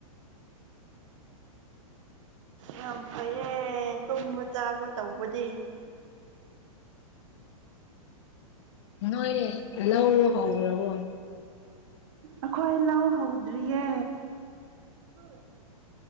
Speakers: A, on the right; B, on the left.
A: ꯌꯥꯝ ꯐꯩꯌꯦ ꯇꯨꯝꯕ ꯆꯥꯕ ꯇꯧꯕꯗꯤ
B: ꯅꯣꯏ ꯂꯧ ꯍꯔꯕ
A: ꯑꯩꯈꯣꯏ ꯂꯧ ꯍꯧꯗ꯭ꯔꯤꯌꯦ ꯎ